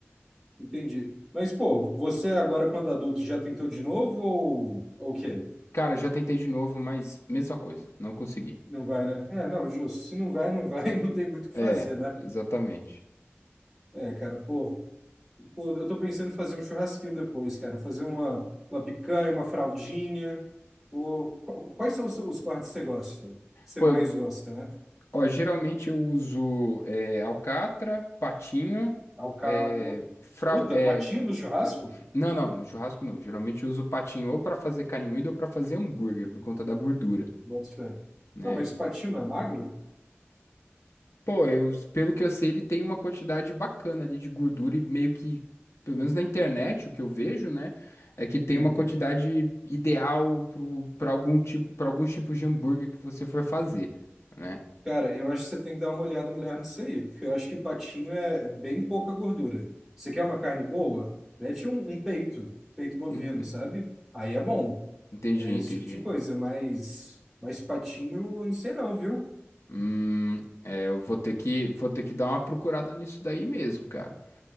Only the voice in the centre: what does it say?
Entendi. Mas, pô, você agora, quando adulto, já tentou de novo ou, ou o quê?
Não vai, né? É, não, justo. Se não vai, não vai, <laughs> não tem muito o que
fazer, né?
É, cara, pô, pô, eu tô pensando em fazer um churrasquinho depois, cara. Fazer uma, uma picanha, uma fraldinha. Pô, qu- quais são os, os cortes que você gosta? Que Você
mais
gosta, né?
Alcatra.
Puta,
patinho no churrasco?
Bota fé.
Não, mas patinho não é magro?
Uhum.
Cara, eu acho que você tem que dar uma olhada melhor nisso aí, porque eu acho que patinho é, é bem pouca gordura. Você quer uma carne boa? Mete um, um peito, peito bovino,
sabe? Aí é bom.
É
esse tipo de coisa, mas, mas patinho, eu não sei não, viu?